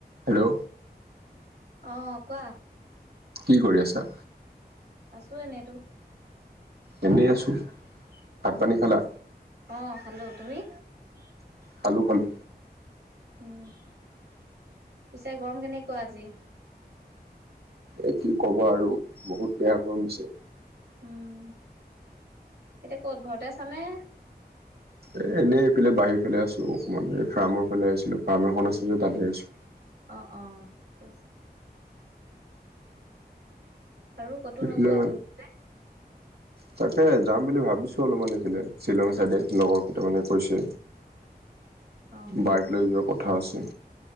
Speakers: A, on the right; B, on the right.
A: Hello,
B: অহ কোৱা।
A: কি কৰি আছা?
B: আছো এনে।
A: <inaudible> এনেই আছো। ভাত
B: উম,
A: পানী খালা?
B: ভাত অহ খালো। তুমি?
A: খালো -খালো।
B: উম, পিছে গৰম কেনেকুৱা আজি?
A: এ কি কবা আৰু বহুত বেয়া গৰম দিছে।
B: উম, এতিয়া ক'ত ঘৰতে আছানে?
A: এ এনেই এইফালে বাহিৰৰ ফালে আছো অকমান এই ফ্ৰামৰ ফালে আহিছিলো ফ্ৰাম এখন আছে যে তাতে আহিছোঁ।
B: অহ - অহ ঠিকে আছে। আৰু কতো
A: এইফালে
B: নোযোৱা ঘূৰিবলে?
A: তাকে যাম বুলি ভাবিছো অলপমান এইফিলে শ্বিলং চাইডে লগৰ কেইটামানে কৈছে।
B: অ
A: বাইক লৈ যোৱা কথা আছে